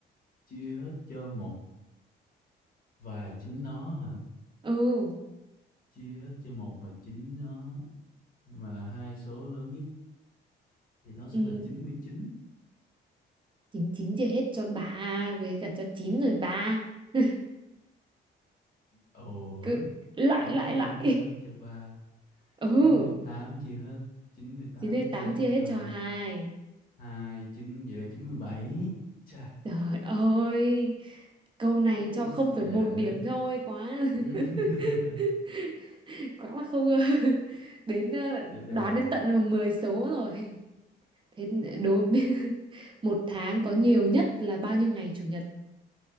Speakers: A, on the left; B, on the right.
A: chia hết cho một và chính nó hả?
B: ừ
A: Chia hết cho một và chính nó mà là hai số lớn nhất thì nó sẽ
B: ừ
A: là chín mươi chín
B: chín chín chia hết cho bà với cả cho chín rồi ba <laughs>
A: Ủa,
B: cứ lại
A: chín
B: lại
A: mươi
B: lại
A: chín chia hết cho ba,
B: <laughs> ừ
A: chín mươi tám chia hết, chín mươi tám
B: chín hết
A: chia
B: tám
A: hết
B: chia hết
A: cho
B: cho hai
A: hai chín vậy là chín mươi bảy Chà.
B: trời ơi câu này
A: Ôi,
B: cho không
A: dễ
B: phải một điểm thôi quá
A: Ừ. <laughs>
B: <laughs> quá là không <laughs> đến ờ,
A: Tiếp đề
B: đoán đến tận 10 số rồi thế đối <laughs> với- một tháng có nhiều nhất là bao nhiêu ngày chủ nhật